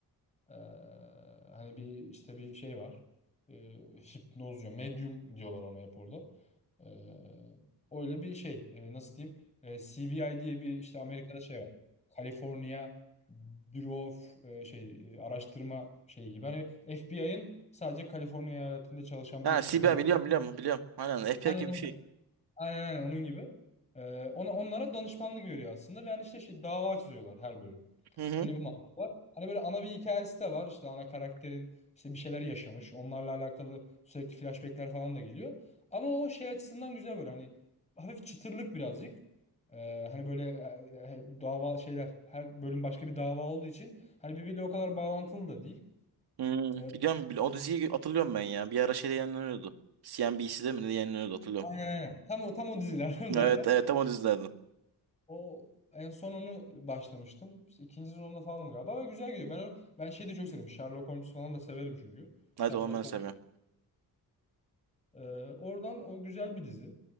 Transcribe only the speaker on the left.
Ee, hani bir işte bir şey var. Ee, hipnoz diyor. Medium diyorlar ona hep orada. Ee, öyle bir şey. Ee, nasıl diyeyim? Ee, CBI diye bir işte Amerika'da şey var. California Bureau of e, şey e, araştırma şeyi gibi. Hani FBI'ın sadece Kaliforniya eyaletinde çalışan
bir
dalı.
Aynen
öyle.
aynen aynen onun gibi. Ee, ona onlara danışmanlık veriyor aslında ve yani işte şey, dava açıyorlar her bölüm.
Öyle bir mantık var. Hani böyle ana bir hikayesi de var. İşte ana karakterin işte bir şeyler yaşamış. Onlarla alakalı sürekli flashbackler falan da geliyor. Ama o şey açısından güzel böyle hani hafif çıtırlık birazcık. Ee, hani böyle e, e, dava şeyler her bölüm başka bir dava olduğu için hani birbiriyle o kadar bağlantılı da değil.
Ee,
aynen aynen. Tam o tam o dizilerden <laughs> zaten.
O en son onu başlamıştım. İşte ikinci sezonda falanım galiba ve güzel gidiyor. Ben o- ben şeyi de çok sevdim. Sherlock Holmes falan da severim çünkü. Kitapları
falan.
Ee, oradan o güzel bir dizi.